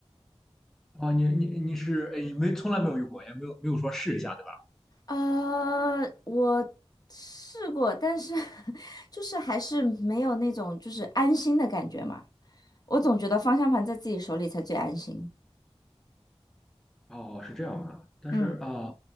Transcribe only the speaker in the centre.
啊，你你你是，哎，没从来没有用过，也没有没有说试一下对吧？
哦，是这样啊，但是啊、